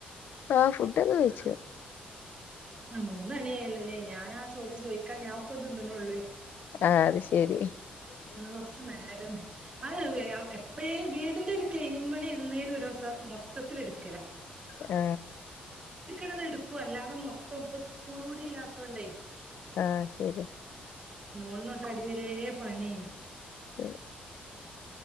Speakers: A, on the left; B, on the right.
A: ആഹ് ഫുഡോക്കെ കഴിച്ചു
B: ആ മൂന്നണിയായല്ലോല്ലേ ഞാനാ ചോദ്യം ചോദിക്കാ ഞാൻ ഇപ്പ തിന്നന്നൊള്ള്.
A: ആ അത് ശരി
B: ഇന്ന് കൊറച്ചു നേരം അത് എപ്പയെല്ലും വീടിന്റെ ഒരു ക്ലീനിങ് പാണി എന്തേലും ഒരുസം മൊത്തത്തിൽ എടുക്കല.
A: ആ
B: ണത് എടുക്കുവ അല്ലാതെ മൊത്തം ഇപ്പം സ്കൂൾ കൂടി ഇല്ലാത്തോണ്ടേ.
A: ആ ശരി.
B: മോളന്നൊട്ട് അടിവരേ പണീ.
A: ഉം